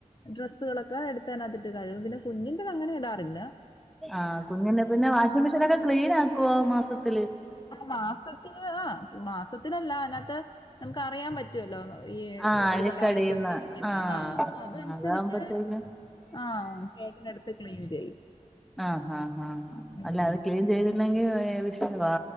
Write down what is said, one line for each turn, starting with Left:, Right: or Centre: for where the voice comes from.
Left: ഡ്രസ്സുകളൊക്കെ എടുത്താനത്തിട്ട് കഴികും പിന്നെ കുഞ്ഞിന്റെ അങ്ങനെ ഇടാറില്ല
Centre: ആഹ് കുഞ്ഞിന്റെ പിന്നെ വാഷിംഗ് മെഷീനൊക്കെ ക്ലീൻ ആക്കുവോ മാസത്തില്
Left: മ്മടെ മാസത്തില് മാസത്തില്ല അതിനത്ത് ഞമ്മക്ക് അറിയാ പറ്റും പറ്റൊല്ലോ ഈ
Centre: ആ
Left: ഒരു
Centre: അഴുക്കടിയുന്ന
Left: പാട് അഴുക്കൊക്കെ ഇരിക്കുന്നെ
Centre: ആ
Left: ആഹ് അപ്പോ അതനുസരിച്ച്
Centre: ആ, അതാവുമ്പത്തേക്കും
Left: ആഹ് ചേട്ടിൻ എടുത്ത് ക്ലീൻ ചെയ്യും
Centre: ആഹ ആഹ ആഹ ഹ
Left: ഉം
Centre: അല്ല അത് ക്ലീൻ ചെയ് ല്ലെങ്കി വിഷയവാ